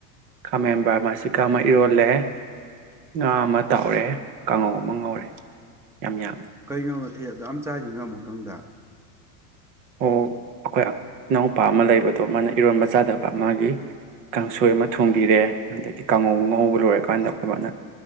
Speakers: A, on the right; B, in the centre.
A: ꯈꯥꯃꯦꯟ ꯕꯥꯔꯃꯥꯁꯤꯀꯥ ꯑꯃ ꯏꯔꯣꯜꯂꯦ ꯉꯥ ꯑꯃ ꯇꯥꯎꯔꯦ ꯀꯥꯡꯉꯧ ꯑꯃ ꯉꯧꯔꯦ ꯌꯥꯝ ꯌꯥꯝꯃꯦ꯫
B: ꯀꯩꯅꯣ ꯅꯊꯦꯜ ꯑꯗꯨꯌꯥꯝ ꯆꯥꯏꯗꯣꯏꯅ ꯑꯃꯨꯛꯇꯪꯗ꯫
A: ꯑꯣ ꯑꯈꯣꯏ ꯏꯅꯥꯎꯄꯥ ꯑꯃ ꯂꯩꯕꯗꯣ ꯃꯥꯅ ꯏꯔꯣꯟꯕ ꯆꯥꯗꯕ ꯃꯥꯒꯤ ꯀꯥꯡꯁꯣꯏ ꯑꯃ꯫ ꯊꯣꯡꯕꯤꯔꯦ ꯑꯗꯒꯤ ꯀꯥꯡꯉꯧ ꯉꯥꯉꯧꯕ ꯂꯣꯏꯔꯀꯥꯟꯗ ꯑꯩꯈꯣꯏ꯫ ꯈꫭꯏꯕꯥꯅ